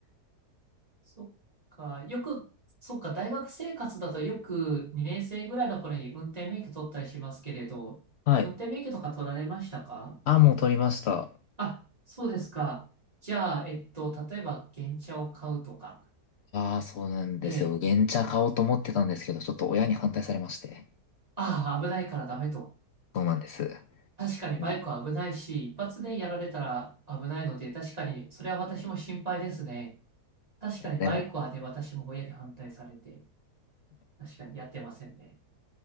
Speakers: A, on the right; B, on the left.
A: そっか、よく、そっか、大学生活だとよく2年生ぐらいの頃に運転免許取ったりしますけれど、
B: はい。
A: 運転免許とか取られましたか
B: あ、もう撮りました。
A: あ、そうですか。じゃあ、えっと、例えば、原チャを買うとか、
B: ああ、そうなんですよ。
A: ええ、
B: 原茶買おうと思ってたんですけど、ちょっと親に反対されまして。
A: ああ、危ないからダメと。
B: そうなんです。
A: 確かにバイクは危ないし、
B: ね
A: 一発でやられたら危ないので、確かに、それは私も心配ですね。確かにバイクはね、
B: でも、
A: 私も親に反対されて、確かにやってませんね。